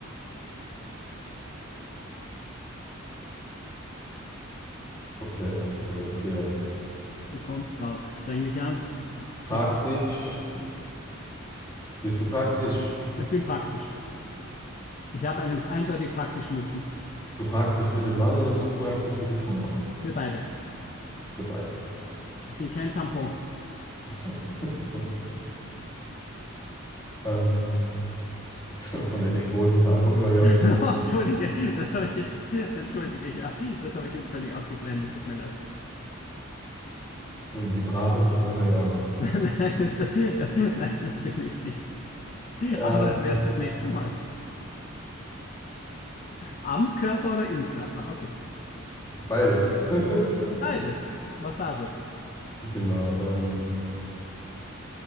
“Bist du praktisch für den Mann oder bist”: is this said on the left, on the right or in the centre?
Left